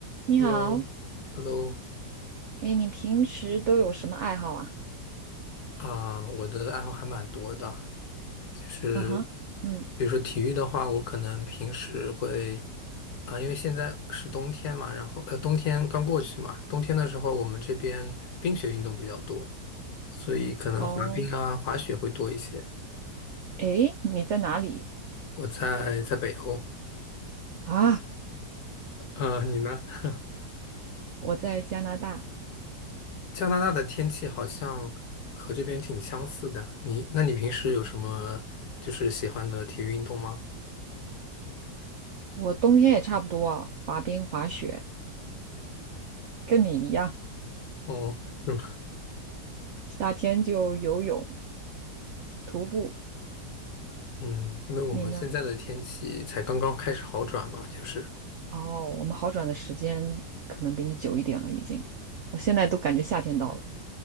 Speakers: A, on the right (about 80°); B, on the left (about 65°).
A: 你好，
B: Hello，Hello，
A: 哎，你平时都有什么爱好啊？
B: 啊，我的爱好还蛮多的，就是
A: 嗯哼，嗯，
B: 比如说体育的话，我可能平时会啊，因为现在是冬天嘛，然后呃，冬天刚过去嘛，冬天的时候我们这边冰雪运动比较多，所以可能滑冰啊、
A: 哦，
B: 滑雪会多一些。
A: 哎，你在哪里
B: 我在在北欧，
A: 啊？
B: 呃，你呢？<laughs>
A: 我在加拿大，
B: 加拿大的天气好像和这边挺相似的。你，那你平时有什么就是喜欢的体育运动吗？
A: 我冬天也差不多啊，滑冰、滑雪，跟你一样，
B: 哦，<laughs>
A: 夏天就游泳、徒步。
B: 嗯，因为我们现在的天气才刚刚开始好转吧，
A: 你呢？
B: 就是，
A: 哦，我们好转的时间可能比你久一点了，已经。我现在都感觉夏天到了，